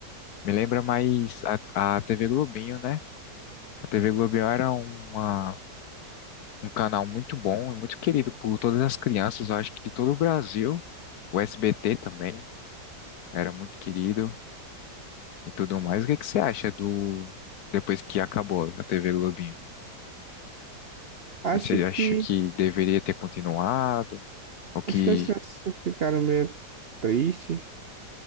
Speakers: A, on the left (about 65°); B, on the right (about 50°).
A: Me lembra mais a, a TV Globinho, né? A TV Globinho era uma um canal muito bom, é muito querido por todas as crianças, eu acho que de todo o Brasil. O SBT também era muito querido e tudo mais. O que é que você acha do depois que acabou a TV Globinho?
B: Acho
A: Você acha
B: que.
A: que deveria ter continuado? O que
B: Acho que as crianças ficaram meio tristes.